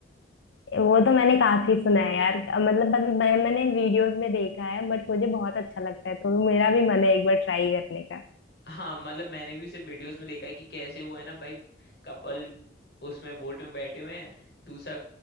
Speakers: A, on the left; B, on the left.
A: वो तो मैंने काफी सुना है यार मतलब बस मैं, मैंने वीडियोस में देखा है बट मुझे बहुत अच्छा लगता है तो मेरा भी मन है एक बार ट्राई करने का
B: हाँ मतलब मैंने भी सिर्फ वीडियोस में देखा है कि कैसे वो है ना भाई कपल उसमें बोट में बैठे हुए हैं दूसरा